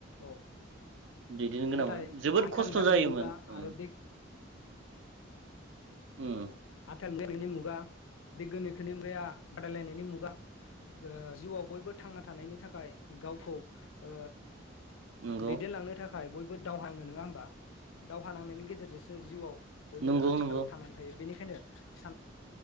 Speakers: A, on the left; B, on the right.
A: औ
B: दैदेन गोनांमोन
A: नाथाय
B: जोबोद
A: आथिखाल
B: खस्थ'
A: थाखोनि
B: जायोमोन
A: मुगा
B: उम
A: आरो बे
B: उम
A: औ आ नि मुगा बे गोनोखोनि मुगाया बादायलायनायनि मुगा ओ जिउआव बयबो थांना थानायनि थाखाय गावखौ ओ
B: नंगौ
A: दैदेनलांनो थाखाय थाखाय बयबो दावहा नाङो नङा होमबा दावहा नांनायनि गेजेरजोंसो जिउआव बयबो
B: नंगौ
A: आथिखालाव
B: नंगौ
A: थांनानै थायो बेनिखायनो सान